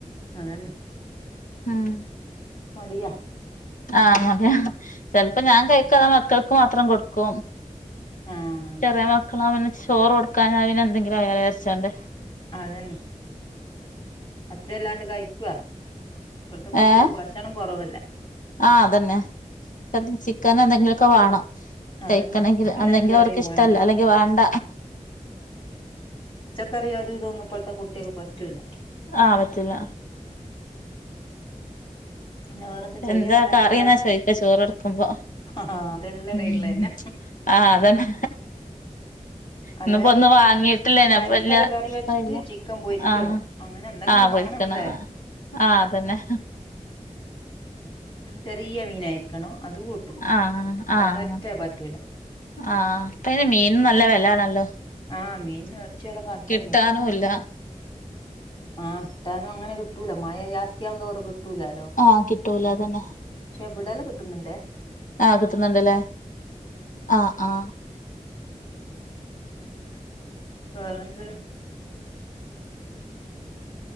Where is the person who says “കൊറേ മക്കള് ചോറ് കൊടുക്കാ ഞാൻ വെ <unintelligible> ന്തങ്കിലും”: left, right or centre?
Left